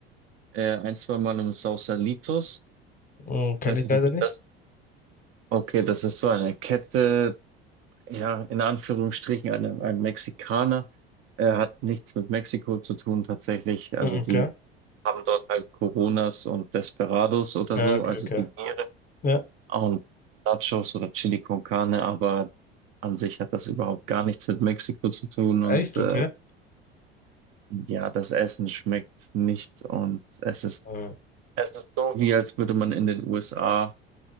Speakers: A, on the right; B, on the left.
A: äh, ein, zwei Mal im Sausalitos.
B: Hm, kenne
A: Ich weiß
B: ich
A: nicht,
B: leider
A: ob du
B: nicht.
A: das. Okay, das ist so eine Kette, ja, in Anführungsstrichen einem, einem Mexikaner. Äh, hat nichts mit Mexiko zu tun tatsächlich. Also
B: Hm,
A: die
B: Okay.
A: haben dort halt Coronas und Desperados oder
B: Ja,
A: so,
B: okay,
A: also
B: okay.
A: die Biere
B: Ja,
A: und Nachos oder Chili con Carne, aber an sich hat das überhaupt gar nichts mit Mexiko zu tun
B: echt,
A: und äh,
B: okay.
A: ja, das Essen schmeckt nicht und es ist,
B: Hm.
A: es ist so, wie als würde man in den USA